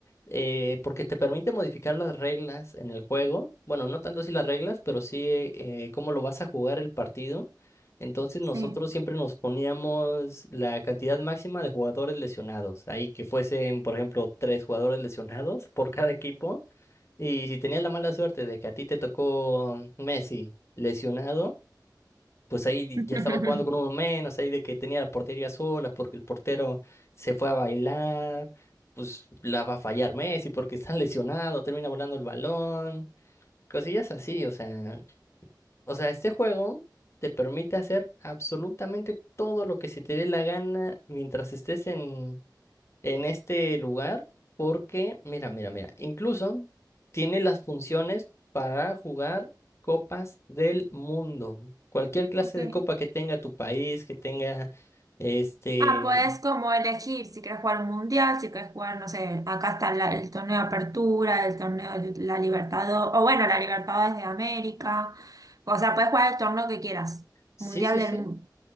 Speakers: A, on the left (about 35°); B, on the right (about 50°).
A: eh, porque te permite modificar las reglas en el juego. Bueno, no tanto si las reglas, pero sí eh, cómo lo vas a jugar el partido. Entonces
B: Sí.
A: nosotros siempre nos poníamos la cantidad máxima de jugadores lesionados. Ahí que fuesen, por ejemplo, tres jugadores lesionados por cada equipo. Y si tenías la mala suerte de que a ti te tocó Messi lesionado pues ahí
B: <laughs>
A: ya estaba jugando con uno menos, ahí de que tenía la portería sola porque el portero se fue a bailar, pues la va a fallar Messi porque está <laughs> lesionado, termina volando el balón, cosillas así, o sea, o sea, este juego te permite hacer absolutamente todo lo que se te dé la gana mientras estés en en este lugar porque, mira, mira, mira, incluso tiene las funciones para jugar copas del mundo. Cualquier clase
B: Ok.
A: de copa que tenga tu país, que tenga este,
B: Ah, puedes como elegir si quieres jugar un mundial, si quieres jugar, no sé, acá está la- el torneo de Apertura, el torneo de la Libertadores, o bueno, la Libertadores de América. O sea, puedes jugar el torneo que quieras.
A: sí,
B: Mundial
A: sí,
B: del,
A: sí.
B: o